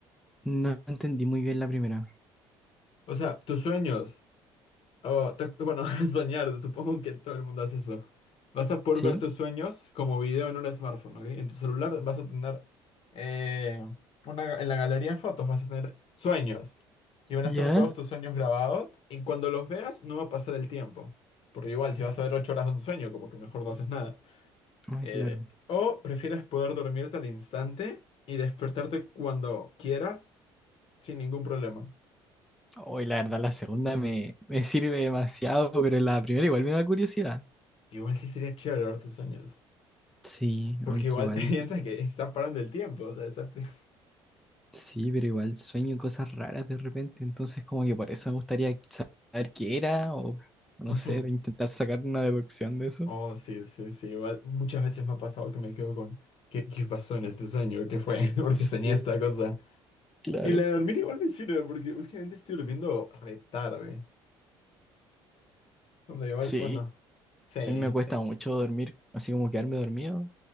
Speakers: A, in the centre; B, on the left (about 55°).
A: No entendí muy bien la primera.
B: O sea, tus sueños, o te- bueno, <laughs> soñar, supongo que todo el mundo hace eso. Vas a poder
A: ¿Sí?
B: ver tus sueños como video en un smartphone, ¿ok? En tu celular vas a tener, eh, una, en la galería de fotos vas a tener sueños. Y van a
A: ¿Ya?
B: estar todos tus sueños grabados. Y cuando los veas, no va a pasar el tiempo. Porque igual, si vas a ver ocho horas de un sueño, como que mejor no haces nada.
A: Ah,
B: Eh,
A: claro.
B: o prefieres poder dormirte al instante y despertarte cuando quieras sin ningún problema.
A: Hoy la verdad, la segunda me, me sirve demasiado, pero la primera igual me da curiosidad.
B: Igual sí sería chévere ver tus sueños.
A: Sí,
B: Porque
A: aunque
B: igual
A: igual,
B: <laughs> piensa que está parando el tiempo. O sea, está... <laughs>
A: sí, pero igual sueño cosas raras de repente, entonces como que por eso me gustaría saber qué era o no
B: Ujú.
A: sé, de intentar sacar una deducción de eso.
B: Oh, sí, sí, sí. Igual muchas veces me ha pasado que me quedo con... ¿Qué, qué pasó en este sueño? ¿Qué fue? <laughs> Porque
A: Sí,
B: soñé esta cosa.
A: claro.
B: Y la de dormir igual me sirve porque últimamente estoy durmiendo re tarde. Cuando igual,
A: Sí,
B: bueno, sí.
A: a mí me cuesta mucho dormir, así como quedarme dormido,